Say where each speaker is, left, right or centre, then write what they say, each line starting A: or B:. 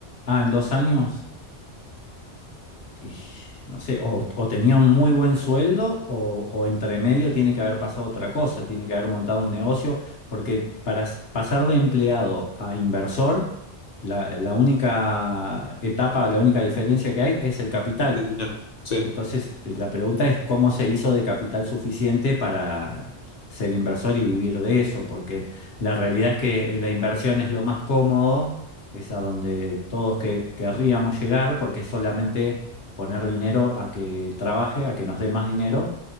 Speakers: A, on the left; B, on the left.
A: ah, en dos años, y no sé, o, o tenía un muy buen sueldo o, o entre medio tiene que haber pasado otra cosa, tiene que haber montado un negocio, porque para s- pasar de empleado a inversor, la, la única etapa, la única diferencia que hay es el capital.
B: de dinero, sí,
A: Entonces, eh, la pregunta es cómo se hizo de capital suficiente para ser inversor y vivir de eso, porque la realidad es que eh, la inversión es lo más cómodo, es a donde todos que querríamos llegar, porque es solamente poner dinero a que trabaje, a que nos dé más dinero